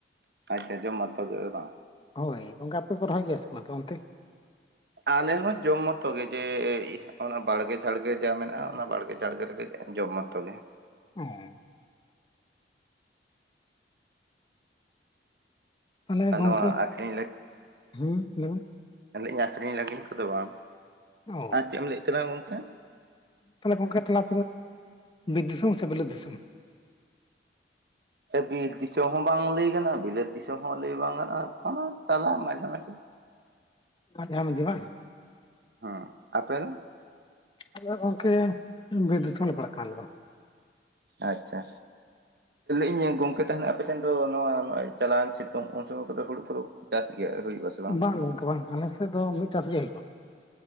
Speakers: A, on the right; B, on the left.
A: ᱟᱪᱪᱷᱟ ᱡᱚᱢ ᱢᱟᱛᱚᱜ ᱜᱮ ᱵᱟᱝ?
B: ᱦᱳᱭ ᱜᱚᱝ ᱠᱟ ᱟᱯᱮ ᱠᱚᱨᱮ ᱠᱚ ᱨᱚᱸᱦᱚᱭ ᱜᱮᱭᱟ ᱥᱮ? ᱢᱟ ᱛᱚ ᱚᱱᱛᱮ,
A: ᱟᱞᱮ ᱦᱚᱸ ᱡᱚᱢ ᱢᱚᱛᱚ ᱜᱮ ᱡᱮ ᱚᱱᱟ ᱵᱟᱲᱜᱮ ᱡᱷᱟᱲᱜᱮ ᱡᱟ ᱢᱮᱱᱟᱜᱼᱟ᱾ ᱚᱱᱟ ᱵᱟᱲᱜᱮ ᱡᱷᱟᱲᱜᱮ ᱨᱮᱜᱮ, ᱡᱚᱢ ᱢᱚᱛᱚ ᱜᱮ᱾
B: ᱦᱚᱸ ᱛᱟᱦᱚᱞᱮ
A: ᱟᱨ
B: ᱜᱚᱢᱠᱮᱸ
A: ᱱᱚᱣᱟ ᱟᱠᱷᱨᱤᱧ
B: ᱦᱮᱸ ᱞᱟᱹᱭᱵᱮᱱ,
A: ᱮᱱᱮᱡ ᱟᱹᱠᱷᱨᱤᱧ ᱞᱟᱹᱜᱤᱫ ᱠᱚᱫᱚ ᱵᱟᱝ
B: ᱚ
A: ᱟᱨ ᱪᱮᱫ ᱮᱢ ᱞᱟᱹᱭᱮᱫ ᱠᱟᱱᱟ ᱜᱚᱢᱠᱮ,
B: ᱛᱟᱦᱚᱞᱮ ᱜᱚᱢᱠᱮ <unintelligible> ᱛᱮ ᱵᱤᱨ ᱫᱤᱥᱚᱢ ᱥᱮ ᱵᱤᱞᱟᱛ ᱫᱤᱥᱚᱢ?
A: ᱵᱤᱨ ᱫᱤᱥᱚᱢ ᱦᱚᱸ ᱵᱟᱝ ᱞᱟᱹᱭ ᱜᱟᱱᱚᱜᱼᱟ, ᱵᱤᱞᱟᱹᱛ ᱫᱤᱥᱚᱢ ᱦᱚᱸ ᱞᱟᱹᱭ ᱵᱟᱝ ᱜᱟᱱᱚᱜᱼᱟ᱾ ᱚᱱᱟ ᱛᱟᱞᱟ ᱢᱟᱡᱷᱮ ᱢᱟᱡᱷᱤ,
B: ᱢᱟᱡᱷᱟ ᱢᱟᱺᱡᱷᱤ ᱵᱟᱝ?
A: ᱦᱮᱸ ᱟᱯᱮ ᱫᱚ,
B: ᱟᱫᱚ ᱜᱚᱢᱠᱮ ᱵᱤᱨ ᱫᱤᱥᱚᱢ ᱞᱮ ᱯᱟᱲᱟᱜ ᱠᱟᱱᱟᱞᱮ ᱫᱚ᱾
A: ᱟᱪᱪᱷᱟ ᱤᱧ ᱜᱚᱢᱠᱮ ᱛᱟᱦᱮᱱᱟ ᱟᱯᱮᱥᱮᱫ ᱫᱚ ᱱᱚᱣᱟ ᱱᱚᱜᱼᱚᱭ ᱪᱟᱞᱟᱣᱮᱱ ᱥᱤᱛᱩᱝ ᱩᱱ ᱥᱚᱢᱚᱭ ᱠᱚᱫᱚ ᱦᱩᱲᱩ ᱠᱚᱫᱚ ᱪᱟᱥ ᱜᱮ ᱦᱩᱭ ᱥᱮ?
B: ᱵᱟᱝ ᱜᱚᱢᱠᱮ ᱵᱟᱝ ᱟᱞᱮᱥᱮᱫ ᱫᱚ ᱢᱤᱫ ᱪᱟᱥ ᱜᱮ ᱦᱩᱭᱩᱜᱼᱟ᱾